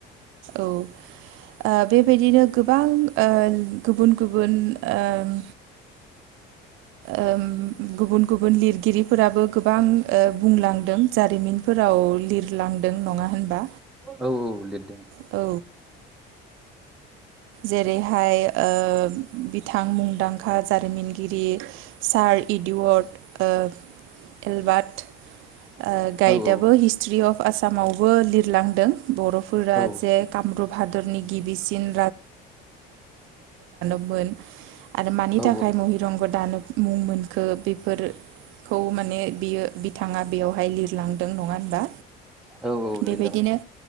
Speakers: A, on the right (about 70°); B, in the centre.
A: औ ओ बेबायदिनो गोबां ओ गुबुन गुबुन ओम ओम गुबुन गुबुन लिरगिरिफोराबो गोबां ओ बुंलां जारिमिनफोराव लिरलांदों। नङा होनबा?
B: औ औ लिरदों
A: औ। जेरैहाय ओ बिथां मुंदांखा जारिमिनगिरि सार इडुवार्ड ओ एलबार्ट ओ गाइदआबो
B: औ औ
A: हिस्ट्रि अफ आसामावबो लिरलांदों। बर'फोरा
B: औ
A: जे कामरुप हादरनि गिबिसिन मोन। आरो मानि
B: औ
A: थाखाय महिरंग दानब मुं मोनखो बेफोरखौ माने बियो बिथाङा बेवहाय लिरलांदों। नङा होनबा?
B: औ औ लिरलांदों
A: बेबायदिनो